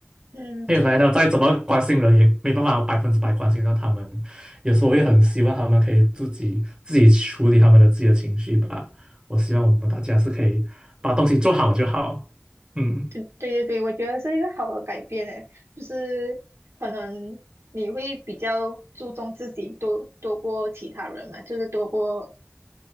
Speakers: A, on the right (about 80°); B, on the right (about 20°).
A: 嗯，
B: 因为反正再怎么关心人，也没办法百分之百关心到他们。有时候我也很希望他们可以自己自己处理他们的自己的情绪吧。我希望我们大家是可以把东西做好就好。嗯
A: 对对对对，我觉得是一个好的改变诶，就是可能你会比较注重自己多多过其他人嘛，就是多过